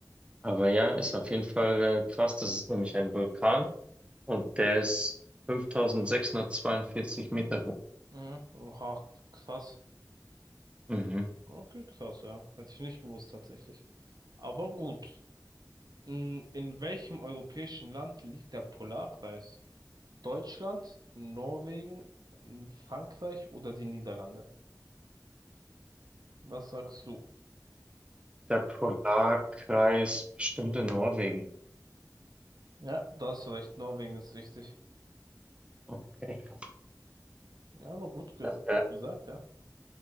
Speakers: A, on the right; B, on the right.
A: aber ja, ist auf jeden Fall äh, krass. Das ist nämlich ein Vulkan und der ist 5642 Meter hoch.
B: mhm. Oha, krass.
A: Mhm.
B: Okay, krass, ja. Hätte ich nicht gewusst, tatsächlich. Aber gut. Mhm, In welchem europäischen Land liegt der Polarkreis? Deutschland, Norwegen, Frankreich oder die Niederlande? Was sagst du?
A: Der Polarkreis bestimmt in Norwegen.
B: Ja, da hast du recht, Norwegen ist wichtig.
A: Okay, krass.
B: Ja, aber gut, ge
A: Das
B: gut gesagt, ja.